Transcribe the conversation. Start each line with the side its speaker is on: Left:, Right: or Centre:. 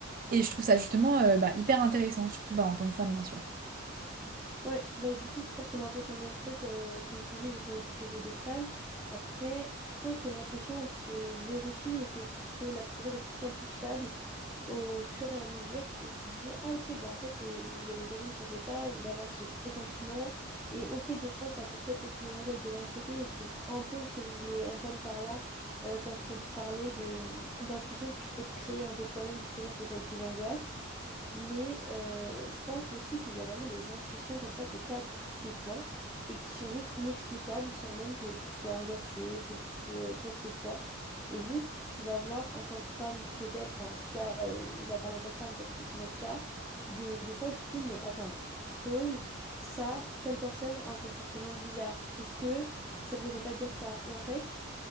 Right: Et je trouve ça justement euh, bah, hyper intéressant, surtout bah, en tant que femme, bien sûr.
Centre: Ouais, bah du coup, je pense qu'on est un peu sur le même truc, euh, comme tu dis, vu qu'on est toutes les deux des femmes. Après, je pense que l'intuition, elle se vérifie et que tu peux la trouver de plus en plus fiable au fur et à mesure où tu te dis, ah ok, bah en fait, euh, j'avais raison de penser ça ou d'avoir ce pressentiment. Et ok, des fois, ça peut peut-être être mélangé avec de l'anxiété et c'est un peu ce que je voulais entendre par là euh, quand je te dis- parlais de, d'intuition que tu peux te créer un peu toi-même, justement, peut-être avec tes angoisses. Mais euh, je pense aussi qu'il y a vraiment des intuitions comme ça que tu as des fois et qui sont juste inexplicables sans même que tu sois angoissée, que tu t'aies euh, quoi que ce soit. Et juste, tu vas voir en tant que femme, peut-être, enfin en tout cas, euh, on va parler en tant que femme parce que c'est notre cas, des, des fois où tu te dis, mais attends, pause, ça, telle personne a un comportement bizarre. Est-ce que ça voudrait pas dire ça? Et en fait,